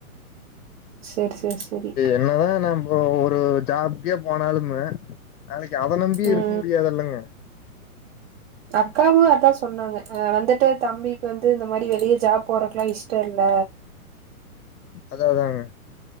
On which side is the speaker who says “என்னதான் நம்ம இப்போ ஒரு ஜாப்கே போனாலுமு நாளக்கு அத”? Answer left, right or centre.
Left